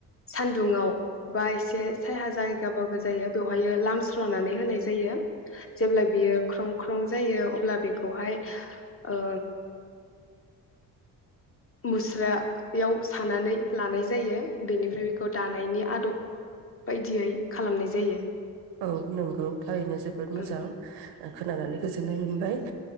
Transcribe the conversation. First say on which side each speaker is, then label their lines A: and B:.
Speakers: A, on the left; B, on the right.
A: सानदुुंआव बा एसे साया जायगाबाबो जायो बेवहाय लामस्रोनानै होनाय जायो जेब्ला बियो ख्रं ख्रं जायो अब्ला बेखौहाय ओ मुस्रा याव सानानै लानाय जायो बेनिफ्राय बेखौ दानायनि आदब बायदियै खालामनाय जायो।
B: औ नंगौ। थारैनो जोबोद मोजां।
A: ओं
B: खोनानानै गोजोननाय मोनबाय